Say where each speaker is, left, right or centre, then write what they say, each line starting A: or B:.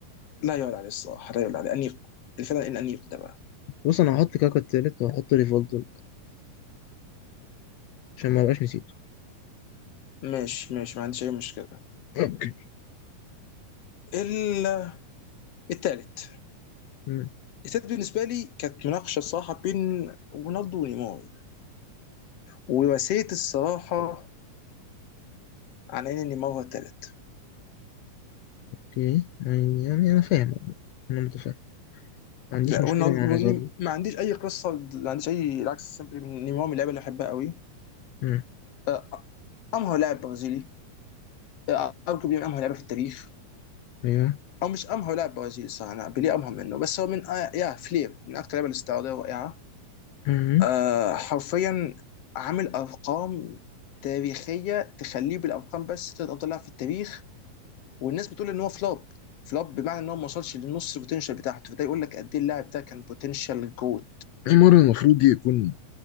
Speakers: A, on the left; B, on the left.
A: لا يعلى عليه الصراحة لا يعلى عليه أنيق الفنان الأنيق ده بقى
B: بص انا هحط كاكا التالت وهحط ريفولدو عشان ما ابقاش نسيته
A: ماشي ماشي ما عنديش أي مشكلة
B: اوكي
A: ال- التالت
B: مم.
A: التالت بالنسبة لي كانت مناقشة الصراحة بين رونالدو ونيمار ورسيت الصراحة على إن نيمار هو التالت
B: اوكي يعني يعني انا فاهم انا متفاهم ما عنديش
A: لا
B: مشكله
A: وإن-
B: مع
A: وإني
B: نظري
A: ما عنديش أي قصة ما عنديش أي العكس سيمبلي نيمار من اللعيبة اللي أحبها قوي
B: مم.
A: آه، أمهر لاعب برازيلي آه، أرجو من أمهر لعيبة في التاريخ
B: ايوه
A: أو مش أمهر لاعب برازيلي صح أنا بيليه أمهر منه بس هو من آه يا فلير من أكتر اللعيبة الاستعراضية الرائعة
B: مم.
A: آه حرفيا عامل أرقام تاريخية تخليه بالأرقام بس تلات أفضل لاعب في التاريخ والناس بتقول إن هو فلوب فلوب بمعنى إن هو ما وصلش لنص البوتنشال بتاعته فده يقول لك قد إيه اللاعب ده كان بوتنشال جوت
B: نيمار المفروض يكون